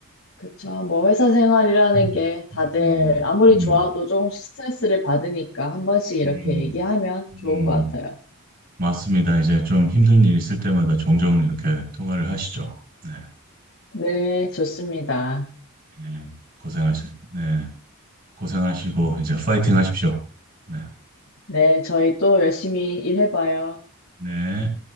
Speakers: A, on the left; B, on the right.
A: 그쵸. 뭐 회사 생활이라는
B: 음,
A: 게 다들
B: 음,
A: 아무리
B: 음,
A: 좋아도 조금씩 스트레스를 받으니까 한 번씩 이렇게
B: 음,
A: 얘기하면 좋은
B: 음.
A: 것 같아요.
B: 맞습니다. 이제 좀 힘든 일 있을 때마다 종종 이렇게 통화를 하시죠. 네.
A: 네, 좋습니다.
B: 예, 고생하시, 네. 고생하시고, 이제 파이팅 하십시오. 네.
A: 네, 저희 또 열심히 일해봐요.
B: 네.